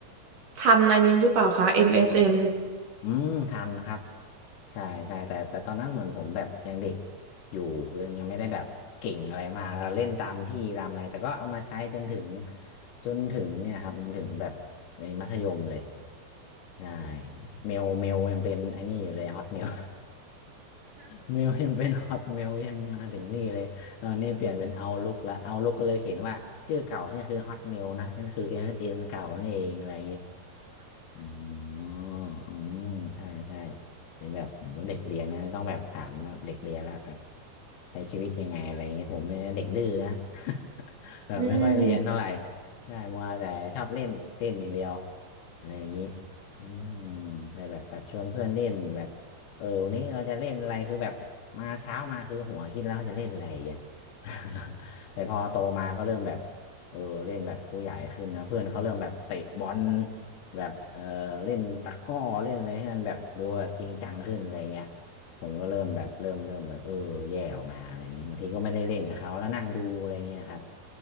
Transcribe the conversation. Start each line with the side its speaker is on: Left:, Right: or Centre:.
Right: ทันอันนี้หรือเปล่าคะ MSM
Left: ครับ
Right: อมเอสเอ็ม
Left: อืมทันครับใช่ใช่แต่แต่ตอนนั้นเหมือนผมแบบยังเด็กอยู่เลยังยังไม่ได้แบบเก่งอะไรมากเล่นตามพี่ตามอะไรแต่ก็เอามาใช้จนถึงจนถึงเนี่ยครับจนถึงแบบในมัธยมเลยใช่เมลเมลยังเป็นไอ้นี่อยู่เลยฮอต <laughs> เมลเมลยังเป็นฮอตเมลยังมาถึงนี่เลยตอนนี้เปลี่ยนเป็นเอาลุกละเอาลุกก็เลยเขียนว่าชื่อเก่าฉันคือฮอตเมลนะฉันคือเอ็นเอ็นเก่านั่นเองอะไรอย่างงี้ อ๋ออืม ใช่ใช่เป็นแบบผมเด็กเรียนนะต้องแบบถามเด็กเรียนละแบบใช้ชีวิตยังไงอะไรอย่างเงี้ยผมเนี่ยเด็กดื้อนะ <laughs> แบบไม่ค่อยเรียนเท่าไหร่
Right: อืม
Left: ใช่มัวแต่ชอบเล่นเต้นอย่างเดียวอะไรอย่างงี้อืมใช่แบบแบบชวนเพื่อนเล่นแบบเออวันนี้เราจะเล่นอะไรคือแบบมาเช้ามาคือหัวคิดแล้วว่าจะเล่นอะไรอย่างเงี้ย <laughs> แต่พอโตมาก็เริ่มแบบเออเล่นแบบผู้ใหญ่ขึ้นนะเพื่อนเขาเริ่มแบบเตะบอล แบบเออเล่นตะกร้อเล่นอะไรให้มันแบบดูแบบจริงจังขึ้นอะไรเงี้ยผมก็เริ่มแบบเริ่มเริ่มแบบเออแย่ออกมาอะไรอย่างงี้บางทีก็ไม่ได้เล่นกับเขาแล้วนั่งดูอะไรเงี้ยครับ